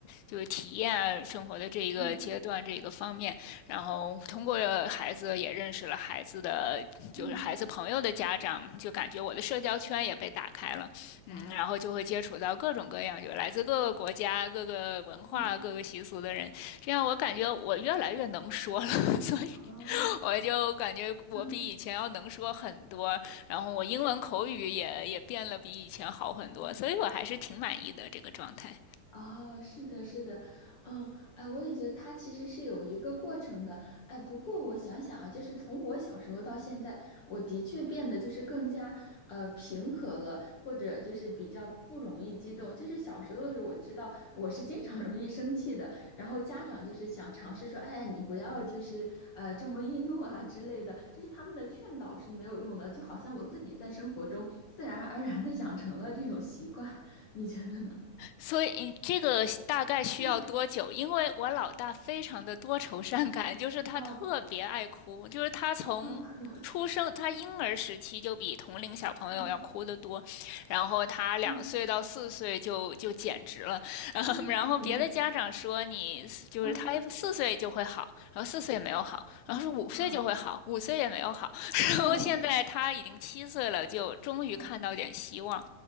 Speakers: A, on the left; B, on the left.
A: 就是体验啊生活的这一个阶段这一个方面，
B: 嗯
A: 然后通过孩子也认识了孩子的就是孩子朋友的家长，
B: 嗯嗯，
A: 就感觉我的社交圈也被打开了，
B: 哦，
A: 嗯，然后就会接触到各种各样就来自各个国家、各个文化、
B: 嗯
A: 各个习俗的人，这样我感觉我越来越能说了，<laughs> 所以
B: 哦，
A: 我就感觉我比以前要能说很多，
B: 嗯。
A: 然后我英文口语也也变了比以前好很多，所以我还是挺满意的这个状态。
B: 哦，是的，是的，嗯，哎，我也觉得他其实是有一个过程的，哎，不过我想想啊，就是从我小时候到现在，我的确变得就是更加呃平和了，或者就是比较不容易激动。就是小时候的时候，我知道我是经常容易生气的，然后家长就是想尝试说，哎，你不要就是呃这么易怒啊之类的，就是他们的劝导是没有用的，就好像我自己在生活中自然而然的养成了这种习惯，你觉得呢？
A: 所以你这个大概需要多久？
B: 嗯。
A: 因为我老大非常的多愁善感，就是他特别爱哭，
B: 哦，
A: 就是他从出生，
B: 嗯
A: 他婴儿时期就比同龄小朋友要哭得多，
B: 嗯
A: 然后他两岁到四岁就就简直了，
B: 嗯
A: <laughs> 嗯然后别的家长说你就是他四岁就会好，
B: 嗯嗯
A: 然后四岁也没有好，然后说五岁就会好，
B: 啊
A: 五岁也没有好，<laughs> 然后现在他已经七岁了，
B: 嗯
A: 就终于看到点希望。
B: 啊